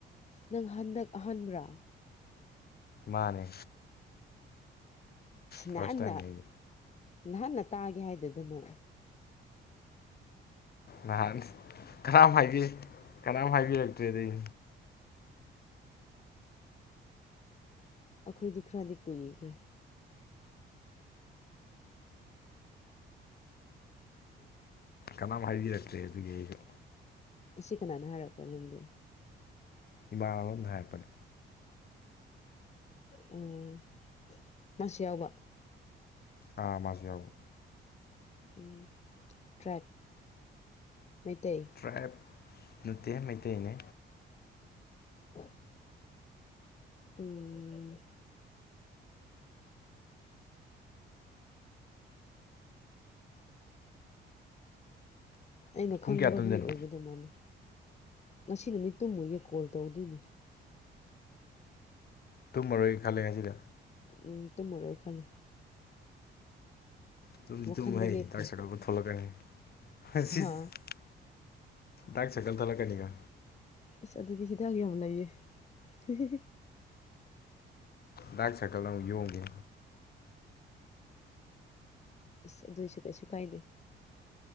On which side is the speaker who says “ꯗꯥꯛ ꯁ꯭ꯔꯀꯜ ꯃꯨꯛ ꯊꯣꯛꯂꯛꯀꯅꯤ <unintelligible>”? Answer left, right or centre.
Left